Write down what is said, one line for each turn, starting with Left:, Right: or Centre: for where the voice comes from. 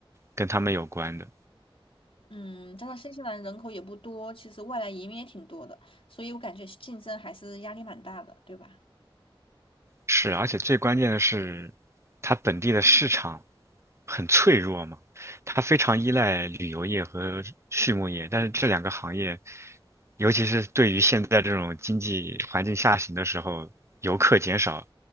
Right: 跟他们有关的。
Left: 嗯，加上新西兰人口也不多，其实外来移民也挺多的，所以我感觉竞争还是压力蛮大的，对吧？
Right: 是，而且最关键的是，它本地的市场很脆弱嘛，它非常依赖旅游业和畜牧业，但是这两个行业，尤其是对于现在这种经济环境下行的时候，游客减少，